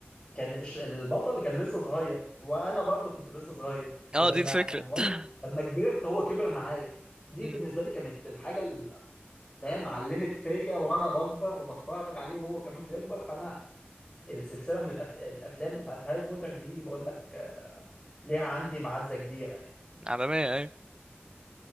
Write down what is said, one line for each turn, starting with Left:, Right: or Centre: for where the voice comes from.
Left: كان الش- البطل كان لسه صغير وانا برضه كنت لسه صغير
Right: اه
Left: ولما
Right: دي الفكره
Left: يعني وانا
Right: <laughs>
Left: لما كبرت هو كبر معايا دي
Right: امم
Left: بالنسبه لي كانت الحاجه اللي فاهم علمت فيا وانا بكبر وبتفرج عليه وهو كمان بيكبر فانا السلسلة من الأف... الأفلام بتاعت هاري بوتر دي بقول لك آه، ليها عندي معزة كبيرة يعني
Right: عالميه ايوه